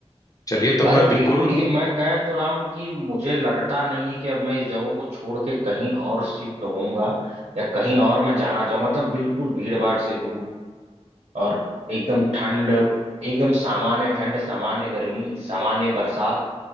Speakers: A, on the left; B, on the right.
A: चलिए तब
B: अरे
A: मैं
B: बिल्कुल
A: बिल्कुल
B: ये मैं कह तो रहा हूं कि मुझे लगता नहीं है कि अब मैं इस जगह को छोड़ के कहीं और शिफ्ट होऊंगा या कहीं और मैं जाना चाहूंगा तब बिल्कुल भीड़ भाड़ से दूर और एकदम ठंड एकदम सामान्य ठंड सामान्य गर्मी सामान्य बरसात